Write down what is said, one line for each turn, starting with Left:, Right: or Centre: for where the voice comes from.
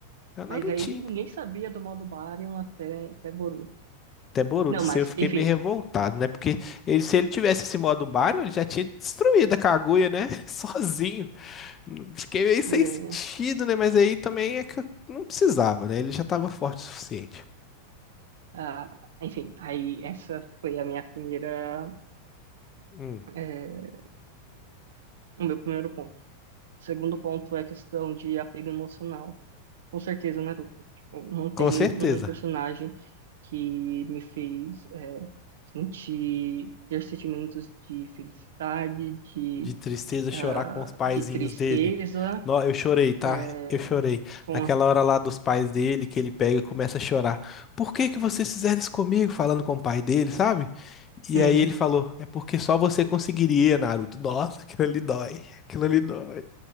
Left: é o
Right: mas
Left: Narutinho.
Right: aí ninguém
Left: pô.
Right: sabia do modo Baryon até até Boruto.
Left: Até Boruto,
Right: Não,
Left: se
Right: mas
Left: eu fiquei
Right: enfim,
Left: meio revoltado, né? Porque ele- se ele tivesse esse modo Baryon, ele já tinha destruído a Kaguya, né? <laughs> Sozinho. Fiquei meio sem
Right: e,
Left: sentido, né? Mas aí também é que eu não precisava, né? Ele já tava forte o suficiente.
Right: ah, enfim, aí essa foi a minha primeira,
Left: Hum,
Right: eh, o meu primeiro ponto. O segundo ponto é a questão de apego emocional. com certeza Naruto. Tipo, não tem
Left: com certeza.
Right: um personagem que me fez é, sentir ter sentimentos de felicidade, de,
Left: de tristeza chorar
Right: ah,
Left: com os paizinhos
Right: de tristeza,
Left: dele. Nó, eu chorei, tá?
Right: é,
Left: Eu chorei.
Right: com
Left: Naquela
Right: a...
Left: hora lá dos pais dele, que ele pega e começa a chorar. Por que que vocês fizeram isso comigo? Falando com o pai dele, sabe? E
Right: Uhum.
Left: aí ele falou, é porque só você conseguiria, Naruto. Nossa, aquilo ali dói. Aquilo ali dói.